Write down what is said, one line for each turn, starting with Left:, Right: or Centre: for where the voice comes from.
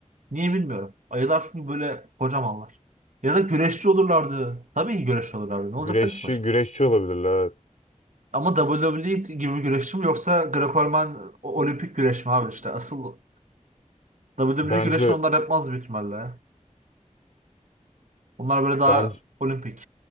Right: niye bilmiyorum. Ayılar çünkü böyle kocamanlar. Ya da güreşçi olurlardı. Tabii ki güreşçi olurlardı. Ne olacaklar
Left: Güreşçi
Right: ki başka?
Left: güreşçi olabilirler. evet.
Right: Ama WWE gibi bir güreşçi mi yoksa Greco-Roman o- olimpik güreş mi abi işte asıl WWE
Left: Bence
Right: güreşini onlar yapmaz büyük ihtimalle. Onlar böyle daha
Left: bence
Right: olimpik.